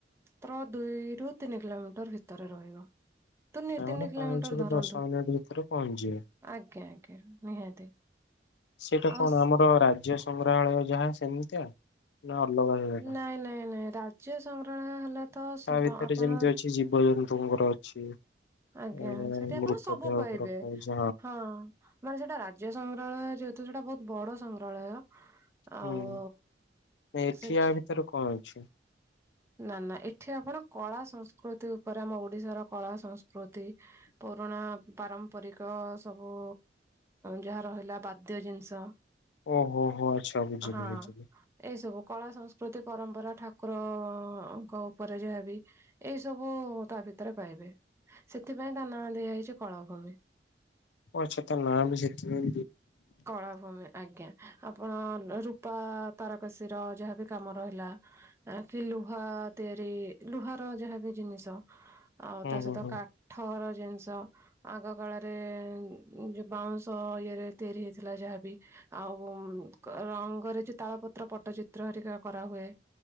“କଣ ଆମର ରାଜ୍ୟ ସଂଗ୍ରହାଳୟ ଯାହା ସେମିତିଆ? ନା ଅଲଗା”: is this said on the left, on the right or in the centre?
Left